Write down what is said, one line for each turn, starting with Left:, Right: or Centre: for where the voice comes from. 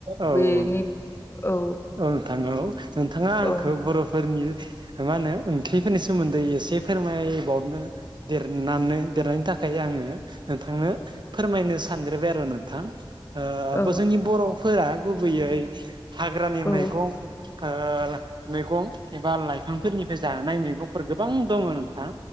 Right: औ
Left: बेनि
Right: औ।
Left: औ
Right: औ नोंथां औ नोंथाङा आंखौ
Left: औ
Right: बर'फोरनि मा होनो ओंख्रिफोरनि सोमोन्दै एसे फोरमायबावनो देरनानै देरनायनि थाखाय आंङो नोंथांनो फोरमायनो सानद्रोबाय आरो नोंथां
Left: औ
Right: ओ जोंनि बर'फोरा गुबैयै हाग्रानि मैगं
Left: औ
Right: ओ मैगं एबा लाइफांफोरनिफ्राय जानाय मैगंफोर गोबां दङ नोंथां।